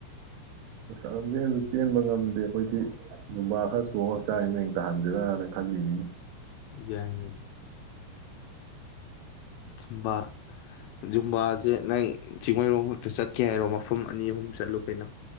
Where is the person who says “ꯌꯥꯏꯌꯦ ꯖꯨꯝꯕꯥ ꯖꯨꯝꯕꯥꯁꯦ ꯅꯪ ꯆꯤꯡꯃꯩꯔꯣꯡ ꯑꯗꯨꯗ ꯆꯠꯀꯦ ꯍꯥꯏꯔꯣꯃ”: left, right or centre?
Left